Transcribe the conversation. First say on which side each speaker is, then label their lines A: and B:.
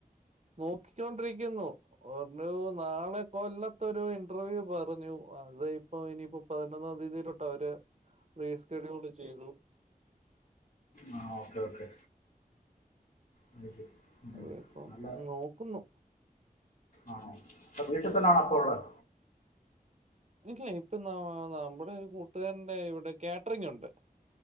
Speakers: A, on the right; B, on the left.
A: നോക്കിക്കൊണ്ടിരിക്കുന്നു പറഞ്ഞു നാളെ കൊല്ല ഇത്ത ഒരു ഇന്റർവ്യൂ പറഞ്ഞു അത് ഇപ്പോ ഇനിയിപ്പോ പതിനൊന്നാം തീയതിയിലോട്ട് അവര് റേസ്കെഡ്യൂൾ ചെയ്തു
B: ആ ഓക്കെ ഓക്കെ അഹ് ശരി
A: അതെ അപ്പം
B: നല്ല
A: നോക്കുന്നു
B: ആണോ അപ്പൊ വീട്ടിൽ തന്നെയാണ് അപ്പൊ ഉള്ളത്
A: ഇല്ല ഇപ്പൊ ന നമ്മുടെ കൂട്ടുകാരന്റെ ഇവിടെ കാറ്ററിംഗ് ഉണ്ട്